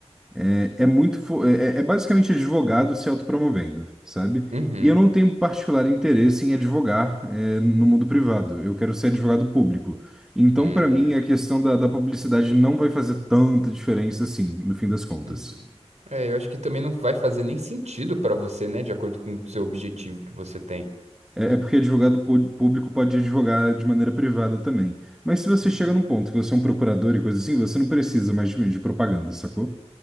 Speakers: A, in the centre; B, on the right (about 85°).
A: É, é muito. fo- É, é é basicamente advogado se autopromovendo, sabe?
B: Uhum.
A: E eu não tenho particular interesse em advogar, é, no mundo privado. Eu quero ser advogado público. Então,
B: Hum,
A: para mim, a questão da, da publicidade não vai fazer tanta diferença assim, no fim das contas.
B: uhum. É, eu acho que também não vai fazer nem sentido pra você, né? De acordo com o seu objetivo que você tem.
A: É, é porque advogado pu- público pode advogar de maneira privada também. Mas se você
B: Hum,
A: chega num ponto que você é um procurador e coisa assim, você não precisa mais de, de propaganda, sacou?